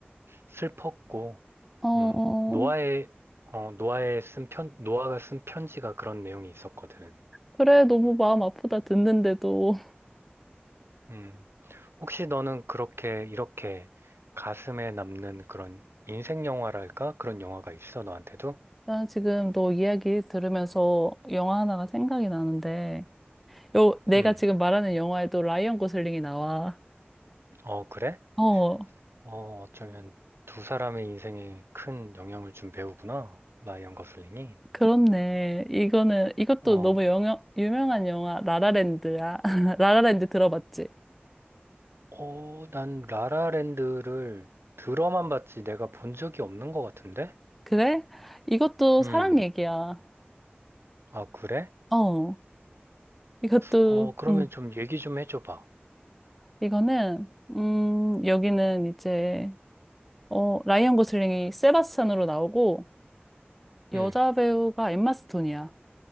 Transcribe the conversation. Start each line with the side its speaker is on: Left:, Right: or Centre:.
Right: 슬펐고
Centre: 어,
Right: 음, 노아의 어, 노아의 쓴 편, 노아가 쓴 편지가 그런 내용이 있었거든.
Centre: 그래, 너무 마음 아프다 듣는데도. <laughs>
Right: 음. 혹시 너는 그렇게 이렇게 가슴에 남는 그런 인생 영화랄까? 그런 영화가 있어, 너한테도?
Centre: 나 지금 너 이야기 들으면서 영화 하나가 생각이 나는데, 요, 내가
Right: 음.
Centre: 지금 말하는 영화에도 라이언 고슬링이 나와.
Right: 어, 그래?
Centre: 어,
Right: 어, 어쩌면 두 사람의 인생에 큰 영향을 준 배우구나. 라이언 거슬링이.
Centre: 그렇네. 이거는, 이것도
Right: 어.
Centre: 너무 영여, 유명한 영화, 라라랜드야. <laughs> 라라랜드 들어봤지?
Right: 어, 난 라라랜드를 들어만 봤지 내가 본 적이 없는 것 같은데?
Centre: 그래? 이것도
Right: 음.
Centre: 사랑 얘기야.
Right: 아, 그래?
Centre: 어, 이것도,
Right: 어, 그러면
Centre: 음,
Right: 좀 얘기 좀 해줘 봐.
Centre: 이거는, 음, 여기는 이제, 어, 라이언 고슬링이 세바스찬으로 나오고 여자
Right: 음.
Centre: 배우가 엠마 스톤이야.